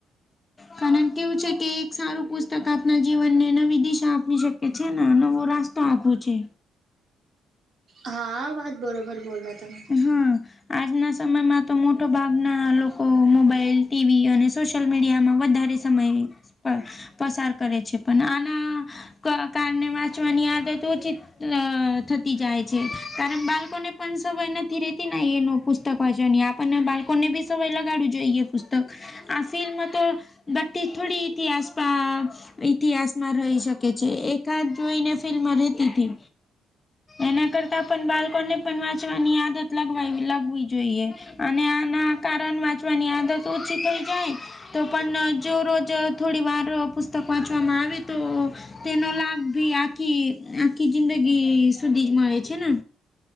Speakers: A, on the left; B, on the right.
A: કારન કેવું છે કે એક સારું પુસ્ત તક આપના જીવનને નવી દિશા આપી શકે છે ના, નવો રાસ્તો આપુ છે.
B: હા, આ વાત બરોબર બોલ્યા તમે
A: હા આજના સમયમાં તો મોટો ભાગના લોકો મોબાઈલ, ટીવી અને સોશિયલ મીડિયામાં વધારે સમય પળ પસાર કરે છે, પન આના કારણે વાચમાંની દ હોય તો ચિત અ થતી જાય છે કારણ બાળકોને પણ સવાય નથી રતી એનું પુસ્તક વાંચવા હી આપણને બાળકોને બી સવાય લગાડું જોઈએ એ પુસ્તક આ ફિલ્મ તો બટ થોડી હતીથી આસપ ઇતિહાસમાં રહી શકે છે એકાદ જોઈને ફિલ્મ રહેતીથી એના કરતા પણ બાળકોને પણ વાંચવાની આદત લગવા લગવી જોઈએ અને આના કારણ વાંચવાની આદત ઓછી થઈ જાય તો પણ જો રોજ થોડી વાર પુસ્તક વાંચવામાં આવે તો તેનો લાભ ભી આખી આખી જિંદગી સુધી જ મળે છે ને